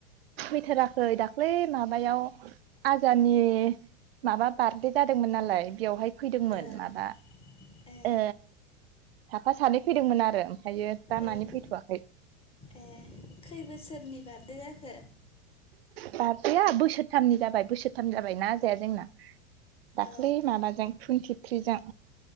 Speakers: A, on the right; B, on the left.
A: फैथाराखै दाख्लै माबायाव आजानि माबा बार्डे जादोंमोन नालाय बेवहाय फैदोंमोन
B: ओं
A: माबा।
B: ए
A: ओ साफा सानै फैदोंमोन आरो ओमफायो दा
B: ओं
A: मानि फैथ'वाखै।
B: ए खै बोसोरनि बार्डे जाखो?
A: बार्डेया बोसोरथामनि जाबाय बोसोरथाम जाबाय ना आजाया जोंना, दाख्लै
B: अ
A: माबाजों टुइन्टिथ्रिजों।